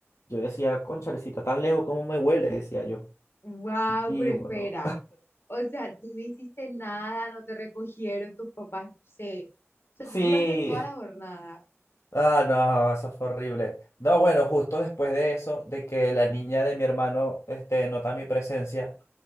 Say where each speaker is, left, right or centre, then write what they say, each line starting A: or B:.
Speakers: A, on the left (about 75°); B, on the left (about 55°).
A: yo decía, conchalecita, tan lejos como me huele, decía yo.
B: Wow,
A: Y
B: pero espera.
A: bueno,
B: O sea, tú no hiciste nada, no te recogieron tus papás, no sé. O sea,
A: sí,
B: tú duraste toda
A: <laughs>
B: la jornada.
A: Ah, no, eso fue horrible. No, bueno, justo después de eso, de que la niña de mi hermano, este, nota mi presencia,